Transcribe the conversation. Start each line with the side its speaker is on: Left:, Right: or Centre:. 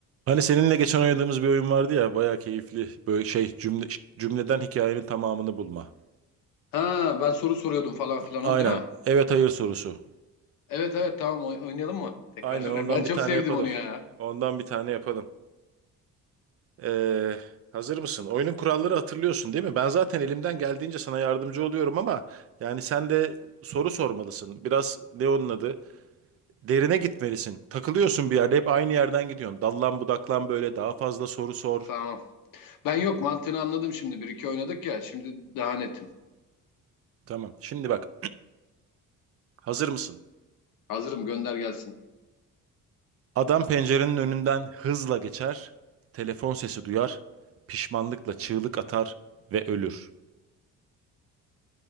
Right: Hani seninle geçen oynadığımız bir oyun vardı ya bayağı keyifli böyle şey cümle, cümleden hikayenin tamamını bulma.
Left: Ha ben soru soruyordum falan
Right: A-
Left: filan
Right: Aynen
Left: o değil mi?
Right: evet hayır sorusu.
Left: Evet evet tamam oy- oynayalım mı? Tekrar
Right: Aynen ondan
Left: <laughs> ben çok
Right: bir tane
Left: sevdim
Right: yapalım.
Left: onu ya.
Right: Ondan bir tane yapalım. Ee, hazır mısın? Oyunun kuralları hatırlıyorsun değil mi? Ben zaten elimden geldiğince sana yardımcı oluyorum ama yani sen de soru sormalısın. Biraz ne onun adı? Derine gitmelisin. Takılıyorsun bir yerde hep aynı yerden gidiyorsun. Dallan budaklan böyle daha fazla soru sor.
Left: Tamam. Ben yok mantığını anladım şimdi. Bir iki oynadık ya şimdi daha netim.
Right: Tamam. Şimdi bak hazır mısın?
Left: Hazırım gönder gelsin.
Right: Adam pencerenin önünden hızla geçer, telefon sesi duyar, pişmanlıkla çığlık atar ve ölür.